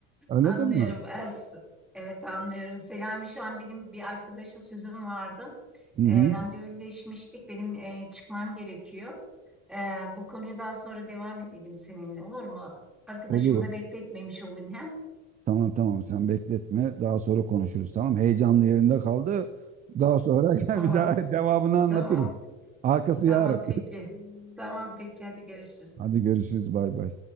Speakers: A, on the right (about 30°); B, in the centre.
A: Anladın
B: Anlıyorum.
A: mı?
B: Es- Evet anlıyorum. Selami şu an benim bir arkadaşa sözüm vardı.
A: Hı hı.
B: E, randevuleşmiştik. Benim e, çıkmam gerekiyor. E, bu konuyu daha sonra devam edelim seninle olur mu? Arkadaşımı
A: Olur. o.
B: da bekletmemiş olayım hem.
A: Tamam tamam sen bekletme. Daha sonra konuşuruz tamam. Heyecanlı yerinde kaldı. Daha sonra
B: Tamam.
A: <laughs> bir daha devamını anlatırım.
B: Tamam.
A: Arkası
B: Tamam
A: yarın.
B: peki. Tamam peki. Hadi görüşürüz.
A: Hadi görüşürüz bay bay.